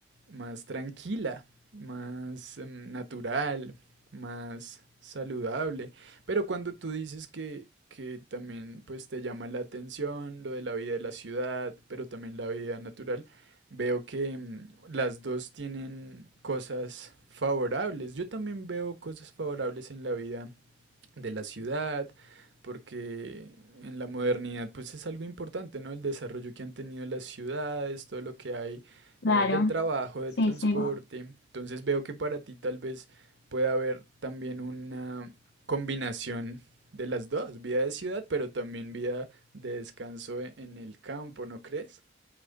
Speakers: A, on the right (about 85°); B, on the left (about 75°).
A: más tranquila, más em, natural, más saludable. Pero cuando tú dices que, que también pues te llama la atención lo de la vida de la ciudad, pero también la vida natural, veo que mm, las dos tienen cosas favorables. Yo también veo cosas favorables en la vida de la ciudad, porque en la modernidad pues es algo importante, ¿no? El desarrollo que han tenido las ciudades, todo lo que hay
B: Claro,
A: eh, del trabajo, del
B: sí,
A: transporte.
B: sí.
A: Entonces veo que para ti tal vez pueda haber también una combinación de las dos, vida de ciudad, pero también vida de descanso e-, en el campo, ¿no crees?